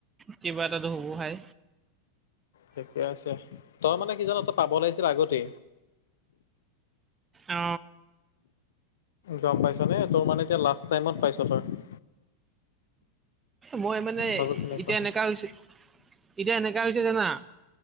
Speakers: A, on the right; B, on the left.
A: কিবা এটাতো হবো ভাই।
B: ঠিকে আছে, তই মানে কি জান তই পাব লাগিছিল আগতে।
A: অ
B: গম পাইছ নে? তোৰ মানে এতিয়া লাষ্ট টাইমত পাইছ তই।
A: মই মানে,
B: কথাটো তেনেকুৱা
A: এতিয়া
B: হয়।
A: এনেকা হৈছে, এতিয়া এনেকা হৈছে জানা?